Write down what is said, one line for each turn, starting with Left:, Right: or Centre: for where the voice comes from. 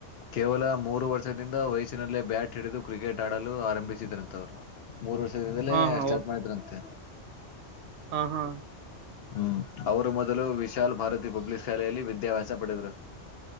Left: ಕೇವಲ ಮೂರು ವರ್ಷದಿಂದ ವಯಸ್ಸಿನಲ್ಲೇ ಬ್ಯಾಟ್ ಹಿಡಿದು ಕ್ರಿಕೆಟ್ ಆಡಲು ಆರಂಭಿಸಿದ್ರಂತವ್ರು ಮೂರ್ ವರ್ಷದಿಂದಲೇ
Right: ಹಾ ಹಾ
Left: ಸ್ಟಾರ್ಟ್ ಮಾಡಿದ್ರಂತೆ
Right: ಹಾ ಹಾ
Left: ಹ್ಮ್ ಅವರು ಮೊದಲು ವಿಶಾಲ್ ಭಾರತಿ ಪಬ್ಲಿಕ್ ಶಾಲೆಯಲ್ಲಿ ವಿದ್ಯಾಭ್ಯಾಸ ಪಡೆದ್ರು